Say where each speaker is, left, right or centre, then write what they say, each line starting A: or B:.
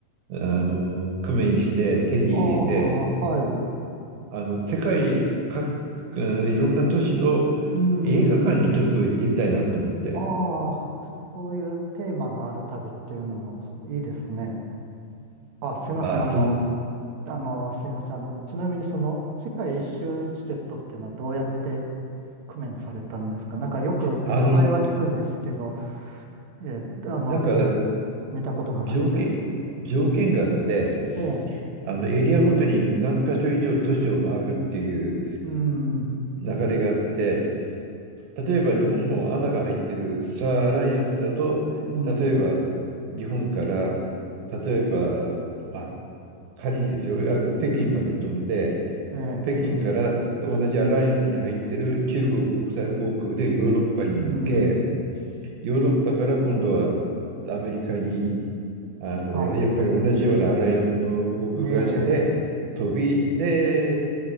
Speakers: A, on the right; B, on the right.
A: あのー、工面して手に入れて、
B: ああ、はい。
A: あの、世界各、うんいろんな都市の映画館にちょっと行ってみたいなと思って。
B: うん。ああ、そういうテーマがある旅っていうのもいいですね。あ、すいません。
A: まあ、
B: あの、
A: その、
B: あの、すいません。あの、ちなみにその世界一周チケットっていうのはどうやって工面されたんですかなんかよく名前は聞くんですけど、
A: あの、
B: ええ、あの、
A: なんか
B: 全然見たことがなくて。
A: 条件、条件があって、
B: ええ、
A: あのエリアごとに何箇所以上都市を回るっていう
B: うん、
A: 流れがあって、例えば日本も穴が入ってるスターアライアンスだと、
B: うん、
A: 例えば日本から、例えば、まあ、仮にですよ、あの北京まで飛んで、
B: ええ、
A: 北京から同じアライアンスに入ってる中国国際航空でヨーロッパに抜け、
B: うん、
A: ヨーロッパから今度はアメリカに、あの、
B: はい、
A: やっぱり同じようなアライアンスの航空会社で飛び、
B: ねえ、
A: で、